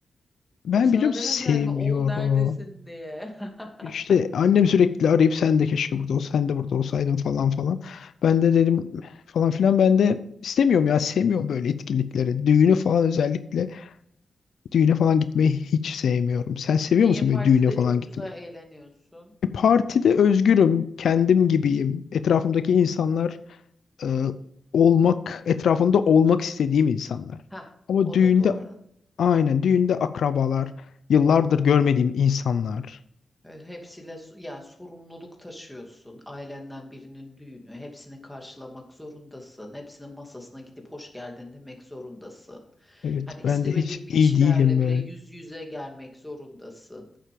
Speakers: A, on the left; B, in the centre.
A: Ben
B: Sana
A: biliyor musun
B: demediler
A: sevmiyorum.
B: mi oğul neredesin diye? <laughs>
A: İşte annem sürekli arayıp sen de keşke burada ol, sen de burada olsaydın falan falan. Ben de dedim falan filan ben de istemiyorum ya sevmiyorum böyle etkinlikleri. Düğünü falan özellikle düğüne falan gitmeyi hiç sevmiyorum. Sen seviyor
B: Niye
A: musun
B: partide
A: böyle düğüne falan
B: çok
A: gitmeyi?
B: güzel eğleniyorsun?
A: E, Partide özgürüm, kendim gibiyim. Etrafımdaki insanlar e, olmak etrafında olmak istediğim insanlar.
B: Ha,
A: Ama
B: o
A: düğünde
B: da doğru.
A: aynen düğünde akrabalar, yıllardır görmediğim insanlar.
B: Evet, hepsiyle s- yani sorumluluk taşıyorsun. Ailenden birinin düğünü, hepsini karşılamak zorundasın. Hepsinin masasına gidip hoş geldin demek zorundasın.
A: Evet
B: Hani istemediğin
A: ben de hiç
B: bir
A: iyi
B: kişilerle
A: değilim böyle.
B: bile yüz yüze gelmek zorundasın.